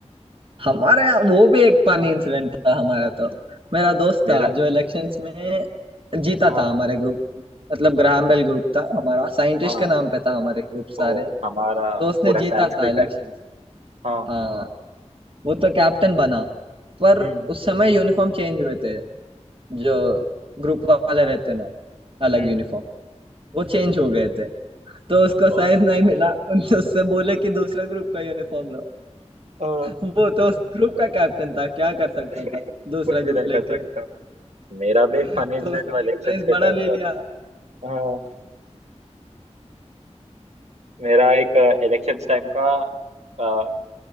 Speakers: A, on the right; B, on the right.
A: हमारे यहाँ वो भी एक पानी इंसिडेंट था हमारा तो मेरा दोस्त
B: मेरा
A: था जो इलेक्शंस में जीता
B: हाँ
A: था हमारे ग्रुप में मतलब ग्राहम बेल
B: हाँ
A: ग्रुप था हमारा साइंटिस्ट
B: हाँ
A: के नाम पे था हमारे ग्रुप सारे
B: वो हमारा
A: तो उसने
B: पूरा
A: जीता
B: संस्कृत
A: था इलेक्शंस
B: है हाँ
A: हाँ वो तो कैप्टन बना पर
B: हम्म
A: उस समय यूनिफॉर्म चेंज हुए थे जो ग्रुप वाले रहते ना अलग
B: हम्म
A: यूनिफॉर्म वो चेंज हो गए थे तो उसको
B: वाह
A: साइज नहीं मिला उनसे उससे बोले कि दूसरा ग्रुप का यूनिफॉर्म लो
B: हाँ,
A: वो तो उस ग्रुप का कैप्टन था क्या कर सकता
B: <laughs>
A: था दूसरा
B: कुछ भी
A: ग्रुप
B: नहीं
A: लेके
B: कर सकता मेरा भी एक फनी
A: तो
B: इंसिडेंट
A: उसने
B: हुआ इलेक्शंस
A: एक साइज
B: के
A: बड़ा
B: टाइम
A: ले लिया
B: पर हाँ मेरा एक इलेक्शन टाइम का अ,